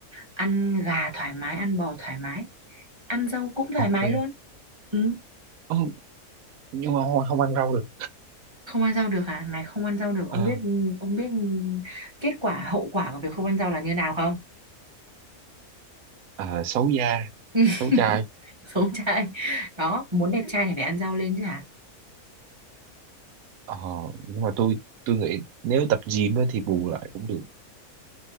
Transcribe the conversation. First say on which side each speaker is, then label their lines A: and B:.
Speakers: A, on the right; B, on the right.
A: ăn gà thoải mái ăn bò thoải mái ăn rau cũng thoải
B: ok
A: mái luôn ừ.
B: Ồ, nhưng mà không, không ăn rau được
A: không ăn rau được à này không ăn rau được ông
B: Ờ,
A: biết ông biết kết quả hậu quả của việc không ăn rau là như nào không
B: à, xấu da
A: <laughs>
B: xấu chai
A: xấu trai đó muốn đẹp trai thì phải ăn rau lên chứ hả?
B: Ờ, nhưng mà tôi tôi nghĩ nếu tập gym ấy thì bù lại cũng được